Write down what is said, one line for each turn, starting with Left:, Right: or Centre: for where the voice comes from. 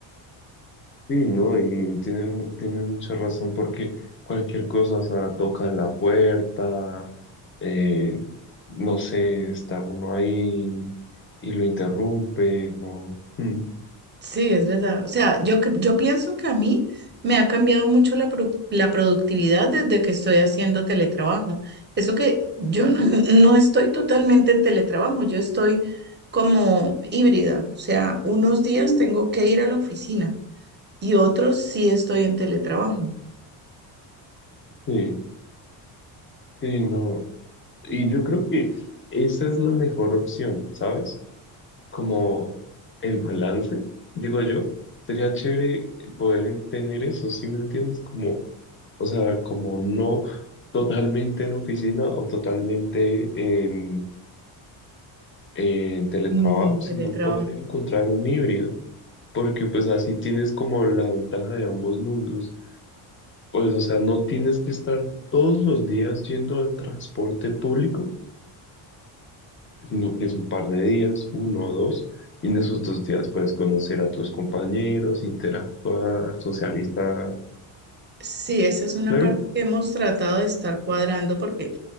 Left: Sí, no, y tienes, tienes mucha razón porque cualquier cosa, o sea, tocan la puerta, eh, no sé, está uno ahí y lo interrumpe, no. Mm,
Right: Sí, es verdad. O sea, yo, cre- yo pienso que a mí me ha cambiado mucho la, produ- la productividad desde que estoy haciendo teletrabajo. Eso que yo no, <laughs> no estoy totalmente en teletrabajo, yo estoy como híbrida. O sea, unos días tengo que ir a la oficina y otros sí estoy en teletrabajo.
Left: Sí, sí, no. Y yo creo que esa es la mejor opción, ¿sabes? Como el balance, digo yo, sería chévere poder en- tener eso, ¿sí me entiendes? Como O sea, como no totalmente en oficina o totalmente en, en teletrabajo,
Right: En
Left: sino
Right: teletrabajo.
Left: poder encontrar un híbrido, porque pues así tienes como la ventaja de ambos mundos. Pues, o sea, no tienes que estar todos los días yendo al transporte público, sino que es un par de días, uno o dos, y en esos dos días puedes conocer a tus compañeros, interactuar, socializar.
Right: Sí, esa es una
Left: Claro.
Right: parte que hemos tratado de estar cuadrando porque